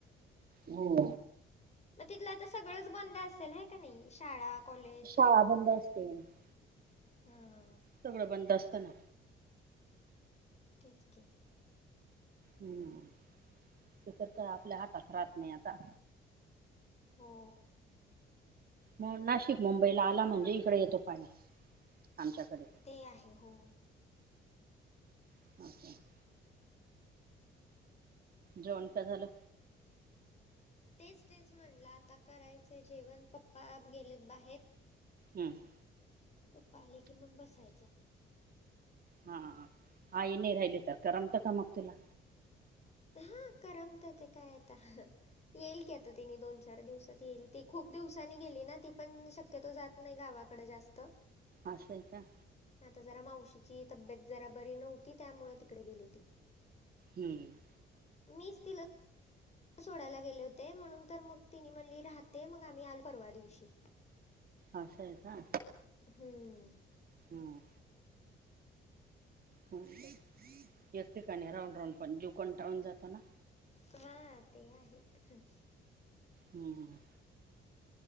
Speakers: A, on the right; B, on the left.
A: हो.
B: मग तिथलं आता सगळंच बंद असेल है की नई, शाळा, कॉलेज
A: हा बंद असेल <inaudible>
B: हां
A: सगळं बंद असतं ना
B: तेच की
A: हम्म, ते तर काय आपल्या हाटात राहत नाई आता
B: हो.
A: मग नाशिक, मुंबईला आला म्हणजे इकडे येतो पाणी, आमच्याकडे
B: ते आहे, हो.
A: <unintelligible> जेवण काय झालं?
B: तेच तेच, म्हणलं आता करायचंय जेवण, पप्पा गेलेत बाहेर
A: हम्म.
B: पप्पा आले की मग, बसायचं
A: हा, आई नई राहिली का, करमतं का मग तुला?
B: हा, करमतं तर काय आता. येईल की आता, तिनी दोन चार दिवसात येईल ती. खूप दिवसांनी गेली ना ती पण शक -क्यतो जात नाई गावाकडं जास्त
A: आसं ए का?
B: आता जरा मावशीची तब्येत, जरा बरी नव्हती त्यामुळे तिकडं गेली ती.
A: हम्म
B: मीच तिला सोडायला गेले होते म्हणून तर मग तिने म्हणली राहते मग आम्ही आलो परवा दिवशी
A: आसं आहे का
B: हम्म
A: हम आणि काय एक ठिकाणी राहून राहून पण जीव कंटाळून जातो ना
B: हा ते आहे हं
A: हम्